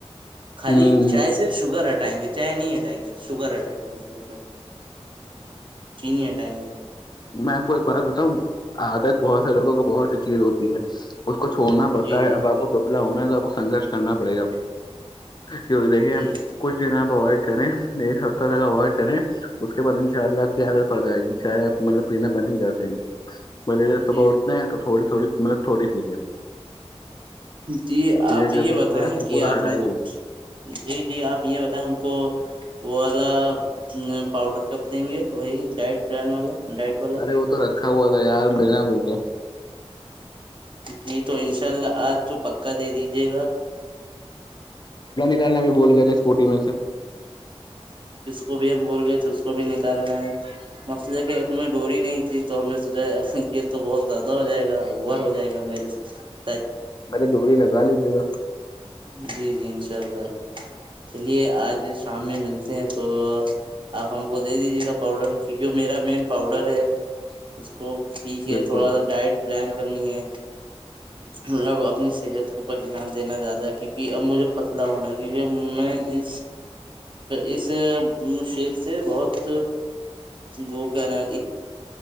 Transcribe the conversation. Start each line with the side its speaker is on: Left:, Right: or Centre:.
Right: خالی
Left: ہوں
Right: چائے سے شوگر ہٹ ہٹائیں گے چائے نہیں ہٹائیں گے شوگر ہٹائیں گے اس و سے چینی ہٹائیں گے
Left: میں آپ کو ایک بات بتاؤں آاد بہت سے لوگ کو بہت چیز ہوتی ہے اس کو چھوڑنا پڑتا
Right: جی جی
Left: ہے اب آپ کو دبلا ہونا ہے س وہ سنگرش کرنا پڑے گا کہ دیکھیں
Right: جی
Left: کچھ دن آپ اوائڈ کریں ایک ہفتہ تک اوائڈ کریں اس کے بعد ان شاء اللہ <inaudible> پڑ جائے گی چائے آپ مطلب پینا بند ہی کر دیں گے بل صبح
Right: جی
Left: اٹھتے
Right: جی
Left: ہیں تو تھوڑی تھوڑی مطلب تھوڑی پی ہے
Right: جی آپ
Left: کرتے
Right: یہ بتائیں
Left: کرتے کو پورا
Right: کہ آپ
Left: ہٹا
Right: ہم
Left: ہی
Right: کو
Left: دیجیے
Right: جی جی آپ یہ بتائیں ہم کو وہ والا پاؤڈر کب دیں گے وہی ڈائٹ پلان والا ڈائٹ والا
Left: ارے وہ تو رکھا ہوا تھا یار دین بول گ
Right: جی تو انشاء اللہ آج تو پکا دے دیجیے گا
Left: میں بھی بول کرے پٹی میں سے
Right: وہ بھی ہم بول گئےے اس کو بھی نکال لیں مست جگ سم میں ڈوری نہیں <unintelligible> تو ہم نےسوچا تو بہت زیادہ ہو جائے گا اور ہو جائے گا میرے سے
Left: میں نے ڈوی لگا لیجیے گا
Right: جی جی انشاء اللہ چلیے آج شام میں میں تو آپ ہم کو دے دیجیے گا پاؤڈر کیونکہ میرا مین پاؤڈر ہے اس کو پی کے
Left: بالکل
Right: تھوڑا سا ڈائٹ پلان کرنی ہے مطلب اپنی صحت کے اوپر دھیان دینا زیادہ کیونکہ اب مجھے پتلا ہونا ہے کیونکہ ا میں اس اس شیپ سے بہت وہ کہنا